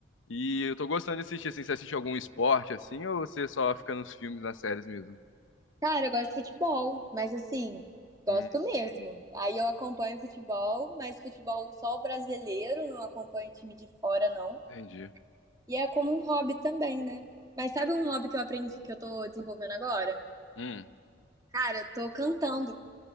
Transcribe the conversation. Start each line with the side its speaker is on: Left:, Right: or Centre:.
Left: E eu tô gostando de assistir, assim, você assiste algum esporte, assim, ou você só fica nos filmes, nas séries mesmo?
Right: Cara, eu gosto de futebol, mas assim, gosto
Left: Hum,
Right: mesmo. Aí eu acompanho futebol, mas futebol só o brasileiro, não acompanho time de fora, não.
Left: entendi.
Right: E é como um hobby também, né? Mas sabe um hobby que eu aprendi, que eu tô desenvolvendo agora?
Left: Hum,
Right: Cara, eu tô cantando.